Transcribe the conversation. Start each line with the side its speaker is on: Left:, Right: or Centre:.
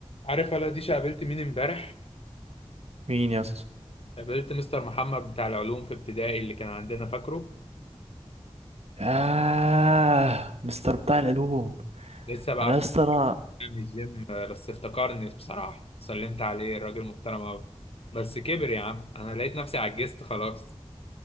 Left: عارف هلا ديشة قابلت مين امبارح
Right: مين يا اسطى
Left: قابلت مستر محمد بتاع العلوم في ابتدائي اللي كان عندنا فاكره
Right: آه مستر بتاع العلوم
Left: لسه بقى
Right: انا يا اسطى انا
Left: بيجي من الجيم آه، بس افتكرني بصراحة سلمت عليه الراجل محترم أوي بس كبر يا عم أنا لقيت نفسي عجزت خلاص